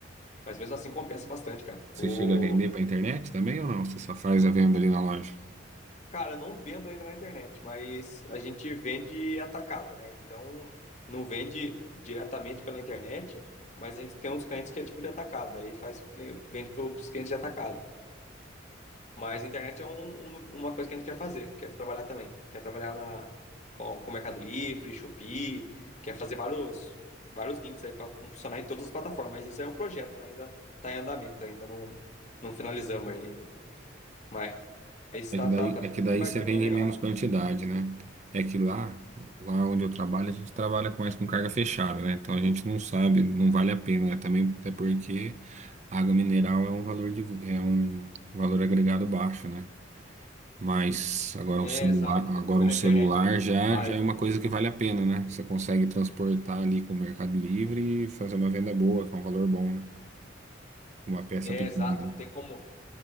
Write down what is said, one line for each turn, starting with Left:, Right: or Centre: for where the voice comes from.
Left: Mas mesmo assim compensa bastante, cara. O
Right: Você chega a vender para internet também ou não? Você só faz a venda ali na loja?
Left: Cara, eu não vendo ainda na internet, mas a gente vende atacado, né? Então, não vende diretamente pela internet, mas a gente tem uns clientes que é tipo de atacado, aí faz, vende para os clientes de atacado. Mas a internet é um- um- uma coisa que a gente quer fazer, quer trabalhar também. Quer trabalhar na, com, com Mercado Livre, Shopee, quer fazer vários, vários links aí para funcionar em todas as plataformas. Mas isso é um projeto, né? Ainda está em andamento, ainda não, não finalizamos ele ainda. Mas está
Right: É que daí,
Left: tá, tá
Right: é
Left: tá
Right: que daí
Left: bem, ba-
Right: você vende
Left: bem legal.
Right: menos quantidade, né? É que lá, lá onde eu trabalho, a gente trabalha mais com carga fechada, né? Então a gente não sabe, não vale a pena, né? Também até porque água mineral é um valor de, é um valor agregado baixo, né? Mas agora
Left: É,
Right: um celular,
Left: exato, não tem
Right: agora
Left: como você vender
Right: um celular
Left: na internet um
Right: já,
Left: fardo.
Right: já é uma coisa que vale a pena, né? Você consegue transportar ali com o Mercado Livre e fazer uma venda boa, com um valor bom, né? Com uma peça
Left: É,
Right: pequena.
Left: exato, não
Right: né?
Left: tem como.